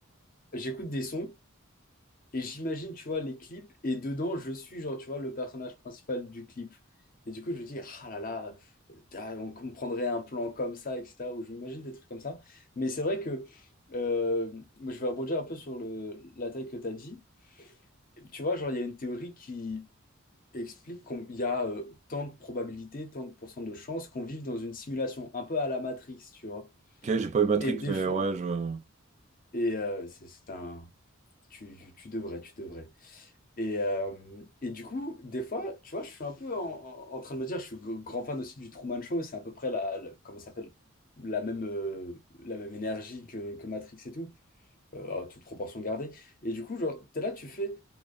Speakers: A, on the left; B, on the right.
A: j'écoute des sons. Et j'imagine, tu vois, les clips, et dedans, je suis, genre, tu vois, le personnage principal du clip. Et du coup, je me dis, ah là là, euh, ah, on comprendrait un plan comme ça, etc. Ou je m'imagine des trucs comme ça. Mais c'est vrai que euh, moi, je vais rebondir un peu sur le, la taille que tu as dit. Tu vois, genre, il y a une théorie qui explique qu'il y a euh, tant de probabilités, tant de pourcents de chances qu'on vive dans une simulation, un peu à la Matrix, tu vois.
B: Ok, j'ai pas eu Matrix,
A: Et des
B: mais
A: fois,
B: ouais, je.
A: et euh, c'est c'est un. Tu, tu devrais, tu devrais. Et, euh, et du coup, des fois, tu vois, je suis un peu en, en- en train de me dire, je suis g- grand fan aussi du Truman Show, c'est à peu près la, la- comment ça s'appelle, la même, euh, la même énergie que, que Matrix et tout, euh, à toute proportion gardée. Et du coup, genre, t'es là, tu fais,